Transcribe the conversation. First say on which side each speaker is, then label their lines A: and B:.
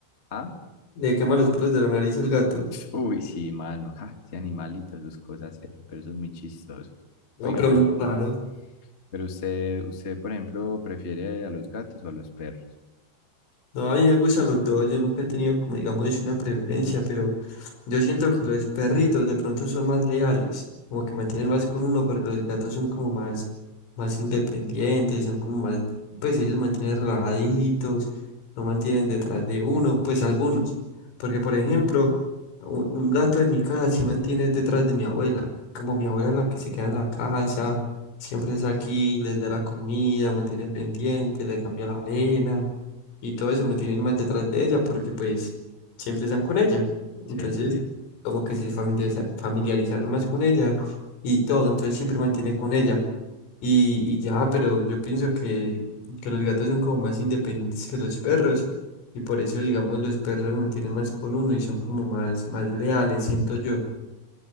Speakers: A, on the left; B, on the left.
A: ¿Ah?
B: le quema los pelos de la nariz al gato.
A: Uy, sí, mano, ja, ese animalito, sus cosas, eh, pero eso es muy chistoso.
B: No,
A: Oiga,
B: pero
A: pero,
B: muy raro.
A: pero usted, usted, por ejemplo, prefiere a los gatos o a los perros.
B: No, a mí me gustan los dos, yo nunca he tenido como digamos es una preferencia, pero yo siento que los perritos de pronto son más leales, como que mantienen más con uno porque los gatos son como más, más independientes, son como más, pues ellos mantienen relajaditos, no mantienen detrás de uno, pues algunos, porque por ejemplo, u- un gato de mi casa sí mantiene detrás de mi abuela, como mi abuela es la que se queda en la casa, siempre es aquí, les da la comida, mantiene pendiente, le cambia la arena y todo eso me tienen más detrás de ella porque pues siempre están con ella.
A: Sí,
B: Entonces,
A: sí, sí.
B: como que se familiariza- familiarizaron más con ella y todo, entonces siempre mantiene con ella. Y, y ya, pero yo pienso que, que los gatos son como más independientes que los perros y por eso, digamos, los perros mantienen más con uno y son como más, más leales, siento yo.